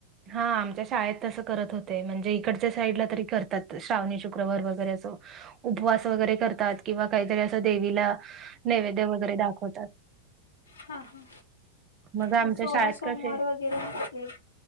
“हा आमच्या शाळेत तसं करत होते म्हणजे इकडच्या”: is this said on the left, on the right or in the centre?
Right